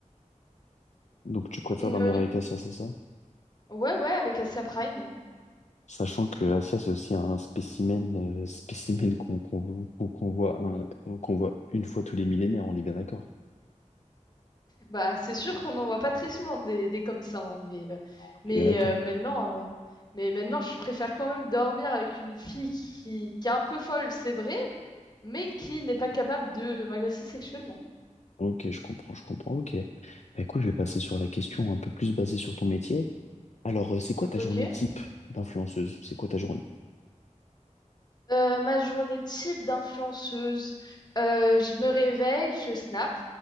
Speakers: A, on the left (about 60°); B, on the left (about 30°).
A: Donc tu préfères
B: Ne-
A: dormir avec Asia, c'est ça?
B: Ouais, ouais, avec Asia Prime.
A: Sachant que Asia, c'est aussi un spécimen, euh, spécimen qu'on qu'on qu'on- qu'on voit un- qu'on voit une fois tous les millénaires, on est bien d'accord.
B: Bah, c'est sûr qu'on n'en voit pas très souvent des, des comme ça, hein, mais, euh,
A: On
B: mais,
A: est bien d'accord.
B: euh, maintenant, euh, mais maintenant, je préfère quand même dormir avec une fille qui, qui est un peu folle, c'est vrai, mais qui n'est pas capable de m'agresser sexuellement.
A: Ok, je comprends, je comprends, ok. Bah écoute, je vais passer sur la question un peu plus basée sur ton métier. Alors, euh, c'est quoi ta
B: Ok.
A: journée type d'influenceuse? C'est quoi ta journée?
B: Euh, ma journée type d'influenceuse, euh, je me réveille, je snap,